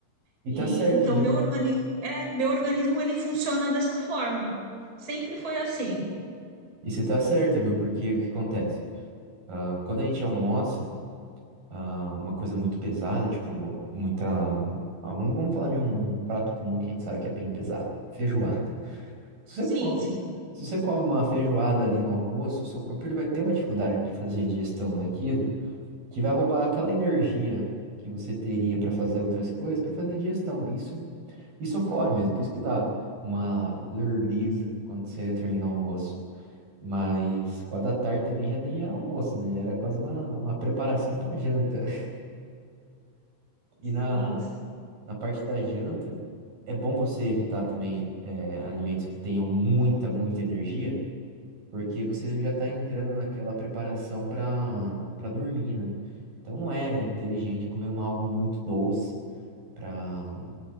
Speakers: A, on the right; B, on the right.
A: e
B: E
A: tá certo,
B: então
A: viu?
B: meu organi é, meu organismo ele funciona dessa forma. Sempre foi assim.
A: E você tá certa, viu? Porque o que acontece? Ah, quando a gente almoça, ah, uma coisa muito pesada, tipo, muita. ah, vamos vamos falar de um prato comum que a gente sabe que é bem pesado, feijoada. Se você
B: Sim,
A: come,
B: sim.
A: se você come uma feijoada ali no almoço, o seu corpo ele vai ter uma dificuldade de fazer digestão daquilo, que vai roubar aquela energia que você teria para fazer outras coisas, para fazer digestão. Isso, isso ocorre mesmo, por isso que dá uma lerdeza quando você termina o almoço. Mas quatro da tarde também já nem era almoço, né? Já era quase uma, uma preparação para janta. <laughs> E
B: Sim,
A: na,
B: sim.
A: na parte da janta, é bom você evitar também é, alimentos que tenham muita, muita energia, porque você já está entrando naquela preparação para para dormir, né? Então não é inteligente comer uma, algo muito doce para